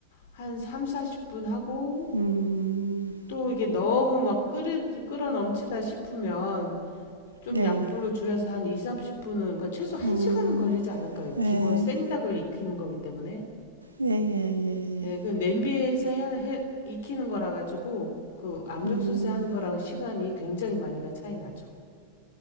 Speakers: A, on the left; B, on the right.
A: 한 3, 40분 하고
B: 음,
A: 또 이게 너무 막 끓이, 끓어 넘치다 싶으면 좀
B: 네,
A: 약불로 줄여서 한 2, 30분은 그러니까 최소 1시간은
B: 음,
A: 걸리지 않을까요?
B: 예,
A: 기본 생닭을 익히는 거기 때문에.
B: 예, 예, 예,
A: 네,
B: 예.
A: 그 냄비에서 해, 해- 익히는 거라 가지고 그 압력솥에
B: 음,
A: 하는 거랑 시간이 굉장히 많이가 차이 나죠.